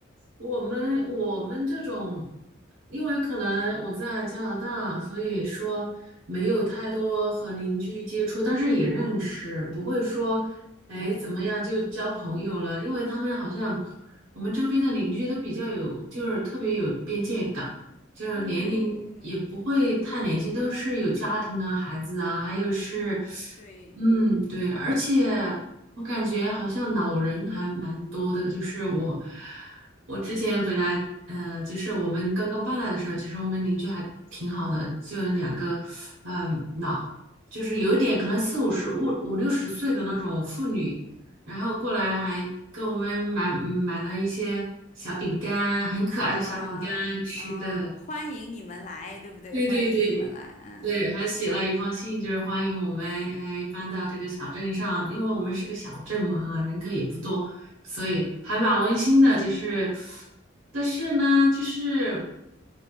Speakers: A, on the right; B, on the left.
A: 我们我们这种，因为可能我在加拿大，所以说没有太多和邻居接触，但是也认识，不会说，哎，怎么样就交朋友了，因为他们好像我们周边的邻居都比较有，就是特别有边界感，就是年龄也不会太年轻，
B: 嗯嗯
A: 都是有家庭啊、孩子啊，还有是，
B: 嗯，对。
A: 嗯，对，而且。我感觉好像老人还蛮多的，就是我，我之前本来，呃，就是我们刚刚搬来的时候，其实我们邻居还挺好的，就有两个，嗯、老，就是有一点可能四五十、五五六十岁的那种妇女，然后过来还给我们买嗯买了一些小饼干，很可爱的小饼干吃的，
B: 啊啊，欢迎你们来，对不对？
A: 对对对对，
B: 欢迎你们来，嗯嗯，
A: 还写了一封信，
B: 对，
A: 就是欢迎我们哎搬到这个小镇上，因为我们是个小镇嘛哈，人口也不多，所以还蛮温馨的。就是，但是呢，就是